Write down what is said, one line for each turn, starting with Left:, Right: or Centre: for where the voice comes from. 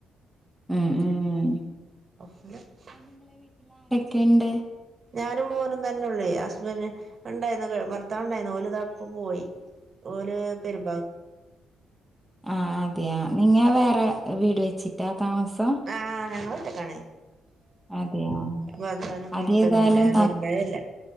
Centre: ഉം ഉം
Right: <unintelligible>
Centre: കെണ്ട്
Right: ഞാനും മോനും തന്നൊള്ളേ ഹസ്ബന്റ് ഉണ്ടായിർന്ന് ഭർത്താവ് ഉണ്ടായിർന്ന് ഓല് താപ്പ പോയി ഓല് പെരു
Centre: ആ അതെയ നിങ്ങ വേറെ വീട് വെച്ചിട്ടാ താമസം
Right: ആ ഞങ്ങള് ഒറ്റ ക്കാണേ
Centre: അതെയാ
Right: ഭർത്തതാവിന് ഉമ്മീപ്പൊന്നുല്ല
Centre: അതേതായാലും
Right: ഞാൻ വരുമ്പോഴേ ഇല്ല